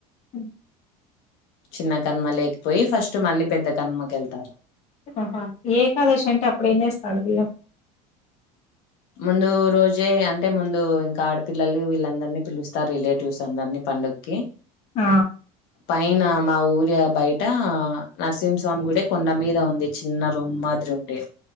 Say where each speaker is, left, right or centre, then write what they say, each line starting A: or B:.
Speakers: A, on the left; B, on the left.
A: మ్మ్
B: చిన్న కనుమలేకి పోయి ఫస్ట్ మళ్ళీ పెద్ద కనుమకి వెళ్తారు
A: ఆహా ఏకాదశి అంటే అప్పుడు ఏం చేస్తారు మీరు
B: ముందు రోజే అంటే ముందు ఇంకా ఆడపిల్లలు వీళ్ళందరినీ పిలుస్తారు రిలేటివ్స్ అందరినీ పండక్కి
A: ఆ
B: పైన మా ఊరి బయట నర్సింహస్వామి గుడే కొండ మీద ఉంది చిన్న రూమ్ మాదిరి